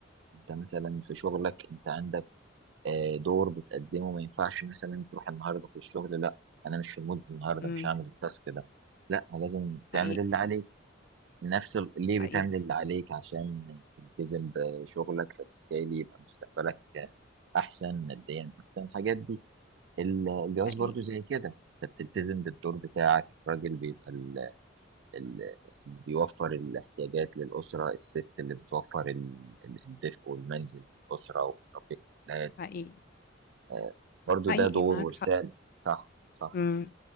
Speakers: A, on the right (about 65°); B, on the left (about 50°).
A: انت مثلا في شغلك انت عندك آه، دور بتقدمه ما ينفعش مثلا تروح النهارده في الشغل لا انا مش في المود النهارده
B: امم
A: مش هعمل التاسك ده لا لازم تعمل
B: حقيقي
A: اللي عليك نفس ال- ليه
B: حقيقي
A: بتعمل اللي عليك عشان تلتزم بشغلك فبالتالي يبقى مستقبلك احسن ماديا احسن الحاجات دي الجواز
B: حقيقي
A: برضو زي كده انت بتلتزم بالدور بتاعك الراجل بيبقى اللي بيوفر الاحتياجات للأسرة الست اللي بتوفر ال- ال- الدفء والمنزل للأسرة وبتربي الأولاد
B: حقيقي
A: آه، برضو
B: حقيقي
A: ده دور
B: معاك
A: ورسالة
B: حق
A: صح صح
B: امم